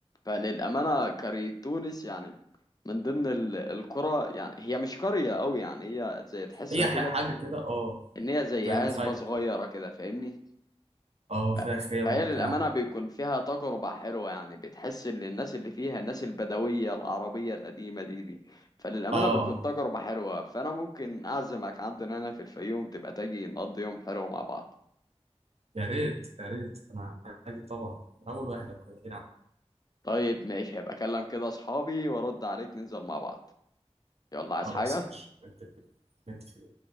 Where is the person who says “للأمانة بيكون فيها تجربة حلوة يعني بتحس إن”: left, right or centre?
Left